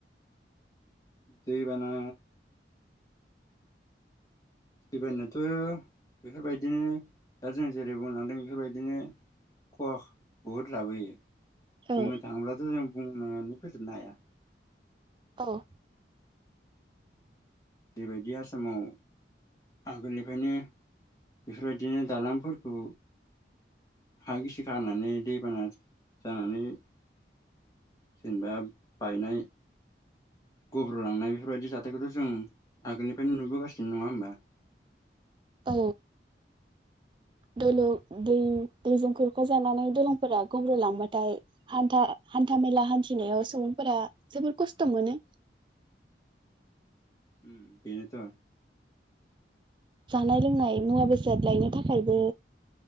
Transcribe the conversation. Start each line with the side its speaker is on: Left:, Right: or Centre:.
Left: दैबाना दैबानायाथ' बेफोरबायदिनो दा जों जेरै बुंलांदों बेफोरबायदिनो खहा बुहुद लाबोयो।
Right: औ
Left: बुंनो थाङोब्लाथ' जों बुंनानै फोजोबनो हाया
Right: औ
Left: बेबायदि आसामाव आगोलनिफ्रायनो बेफोरबायदिनो दालांफोरखौ हा गिसि खालामानानै दैबाना जानानै जेनेबा बायनाय गब्रलांनाय बेफोरबायदि जाथायखौथ' जों आगोलनिफ्रायनो नुबोगासिनो नङा होमबा?
Right: औ दलु दै दैजों खुरखा जानानै दलंफोरा गब्र'लांबाथाय हान्था हान्थामेला हान्थिनायाव सुबुंफोरा जोबोर खस्थ' मोनो।
Left: उम बेनोथ'
Right: जानाय लोंनाय मुवा बेसाद लायनो थाखायबो